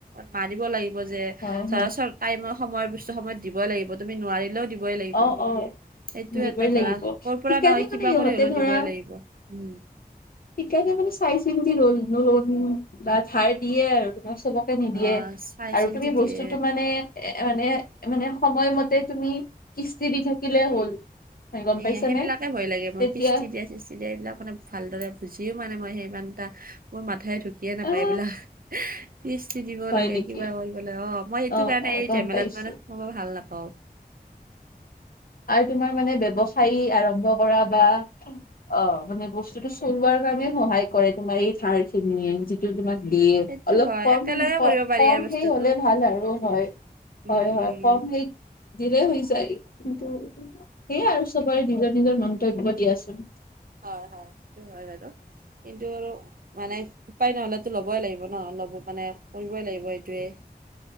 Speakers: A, on the right; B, on the left.
A: মাৰিব লাগিব যে,
B: হয়
A: ধৰা
B: হয়
A: চব টাইমৰ সময় বস্তু সময়ত দিবই লাগিব, তুমি নোৱাৰিলেও দিব দিবই লাগিব।
B: অ অ
A: সেইটো
B: দিবই
A: এটা ধৰা,
B: লাগিব
A: কৰপৰা
B: সেইকাৰণে
A: নহয়
B: মানে
A: কিবা
B: ইহঁতে
A: কৰি হলেও
B: ধৰা
A: দিবই লাগিব উম।
B: সেইকাৰণে মানে চাই-চিন্তি ললো ধাৰ দিয়ে আৰু তোমাৰ চবক- নিদিয়ে
A: অ', চাই
B: আৰু
A: চিন্তি
B: তুমি বস্তুটো
A: দিয়ে।
B: মানে, এ মানে মানে সময়মতে তুমি কিস্তি দি থাকিলে হ'ল। গম
A: এইয়া
B: পাইছানে
A: সেইবিলাকে ভয় লাগে মোৰ
B: তেতিয়া
A: কিস্তি দিয়া চিস্তি দিয়া এইবিলাক মানে। ভালদৰে বুজিও পোৱা মই সিমান এটা মোৰ মাথাই ঢুকিয়ে নাপায়
B: আহ
A: এইবিলাক। কিস্তি দিব
B: হয়
A: লাগে,
B: নেকি
A: কিবা কৰিব লাগে, অ মই সেইটো
B: অ
A: কাৰণে
B: অ
A: এই
B: গম
A: জেমেলাত
B: পাইছো
A: মানে মই ভাল নাপাওঁ।
B: আৰু তোমাৰ মানে ব্যৱসায় আৰম্ভ কৰা বা অ মানে বস্তুটো চলোৱাৰ কাৰণে সহায় কৰে তোমাৰ এই ধাৰ খিনিয়ে। তোমাক দিয়ে,
A: সেইটো
B: অলপ
A: হয়
B: কম
A: একেলগে কৰিব পাৰি
B: কম
A: আৰু বস্তুটো
B: সেই হলে ভাল আৰু হয়।
A: উম,
B: হয় হয়
A: উম।
B: ফৰ্ম সেই দিলেই হৈ যায়, কিন্তু সেইয়াই আৰু চবৰে নিজৰ নিজৰ মন্তব্য দিয়াচোন।
A: হয় হয়, সেইটো হয় বাৰু। কিন্তু মানে উপায় নহ'লে টো ল'বই লাগিব ন, ল'ব মানে কৰিবই লাগিব এইটোৱে।